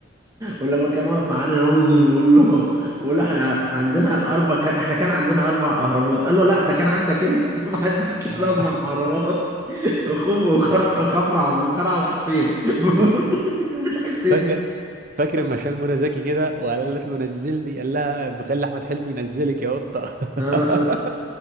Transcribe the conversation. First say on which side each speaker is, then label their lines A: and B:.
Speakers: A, on the right; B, on the right.
A: ولما كان واقف معانا رمزي بيقول له بيقول له احنا عندنا اربع كان احنا كان عندنا اربع اهرامات قال له لا ده كان عندك انت <laughs> انا ما عنديش الا
B: <laughs> آه.
A: اربع اهرامات <laughs> خوف وخر- وخفرع ومنقرع وحسين <laughs> بيقول
B: آه.
A: له مين حسين
B: فاكر فاكر لما شال منى زكي كده وقالت له نزلني قال لها بخلي احمد حلمي ينزلك يا قطه
A: <laughs> آه.
B: <laughs>